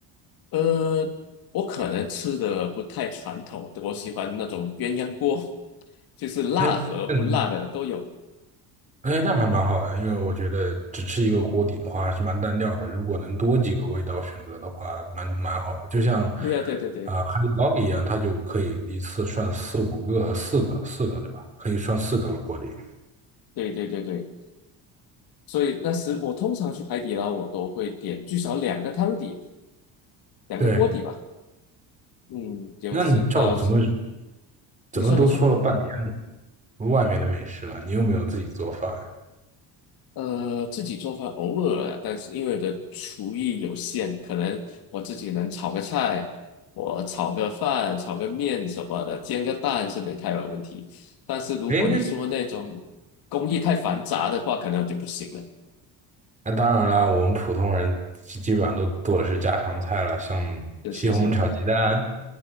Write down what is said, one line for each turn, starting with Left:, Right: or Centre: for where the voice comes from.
Left: 呃，我可能吃的不太传统，我喜欢那种鸳鸯锅，就是辣和不辣的都有。
Right: 哎，嗯，哎，那还蛮好的，因为我觉得只吃一个锅底的话还是蛮单调的。如果能多几个味道选择的话，蛮蛮好的。就像
Left: 对呀、对对对
Right: 啊、呃海底捞一样，它就可以一次涮四五个、四个、四个，对吧？可以涮四个锅底。
Left: 对对对对，所以那时我通常去海底捞，我都会点至少两个汤底，两个锅底吧。
Right: 对，
Left: 嗯，就是到时
Right: 那你照怎么怎么都说了半天。
Left: 你说你说。
Right: 外面的美食了，你又没有自己做饭。
Left: 呃，自己做饭偶尔啊，但是因为我的厨艺有限，可能我自己能炒个菜，我炒个饭、炒个面什么的，煎个蛋是没太有问题。但是如果你说那种工艺太繁杂的话，
Right: 哎，
Left: 可能我就不行了。
Right: 那当然啦，我们普通人基基本上都做的是家常菜了，像
Left: 就是是
Right: 西红柿炒鸡蛋，